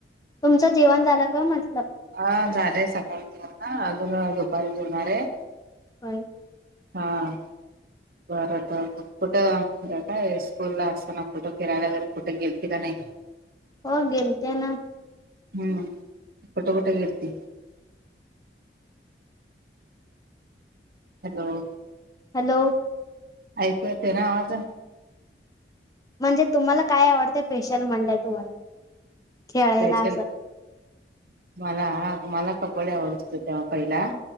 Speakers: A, on the left; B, on the right.
A: तुमचं जेवण झालं का म्हंटलं?
B: हा झालय सकाळचं आता, अजून अं दुपारी जेवणार आहे
A: काय?
B: हा. बरं तर कुठं, काय स्कूल ला असताना कुठं फिरायला वगैरे कुठ गेलती का नाय?
A: हो गेलते ना.
B: हम्म कुट कुट गेलती? हॅलो!
A: हॅलो!
B: ऐकू येते ना आवाज?
A: म्हणजे तुम्हाला काय आवडतं स्पेशल म्हणलंय तुम्हाला? खेळायला
B: स्पेशल
A: असं
B: मला, हा मला पकोडे आवडत होते तेव्हा पहिला